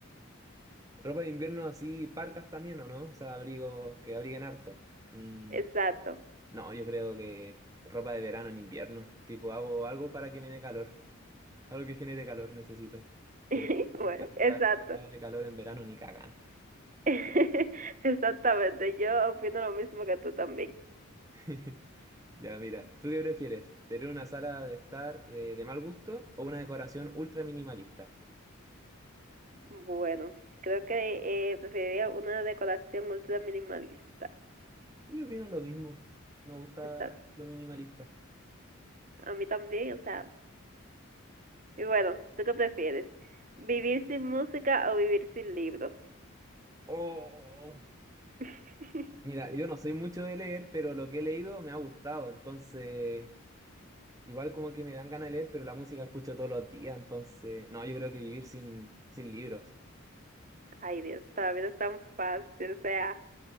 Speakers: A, on the right; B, on the right.
A: Ropa de invierno así, parcas también, ¿o no? O sea, abrigos que abriguen harto. Mm,
B: Exacto.
A: no, yo creo que ropa de verano en invierno. Tipo, hago algo para que me dé calor. Algo que genere calor necesito. Pero
B: <laughs> Bueno,
A: estar
B: exacto.
A: cagado de calor en verano ni cagan.
B: <laughs> Exactamente, yo opino lo mismo que tú también.
A: <laughs> Ya, mira, ¿tú qué prefieres? ¿Tener una sala de estar de, de mal gusto o una decoración ultra minimalista?
B: Bueno, creo que eh, preferiría una decoración ultra minimalista.
A: Yo opino lo mismo. Me gusta
B: Exacto.
A: lo minimalista.
B: A mí también, o sea. Y bueno, ¿tú qué prefieres? ¿Vivir sin música o vivir sin libros?
A: Oh.
B: <laughs>
A: Mira, yo no soy mucho de leer, pero lo que he leído me ha gustado, entonces igual como que me dan ganas de leer, pero la música escucho todos los días, entonces no, yo creo que vivir sin, sin libros,
B: Ay, Dios, para mí no es tan fácil, o sea,